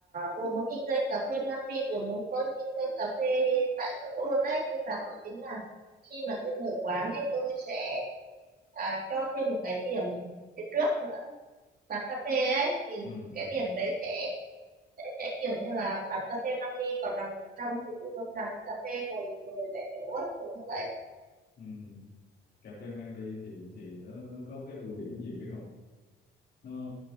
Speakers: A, on the right (about 50°); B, on the left (about 55°).
A: vừa muốn kinh doanh cà phê mang đi vừa muốn có kinh doanh cà phê tại chỗ luôn đấy nên là tôi tính là khi mà tôi mở quán ấy tôi sẽ à, cho thêm một cái điểm phía trước nữa bán cà phê ấy thì
B: ừ,
A: cái
B: ừ,
A: điểm đấy sẽ sẽ, sẽ kiểu như là bán cà phê mang đi còn đằng trong thì tôi vẫn bán cà phê rồi ngồi tại chỗ ấy, kiểu như vậy
B: ừ. cà phê mang đi thì thì nó, nó có cái ưu điểm gì biết không nó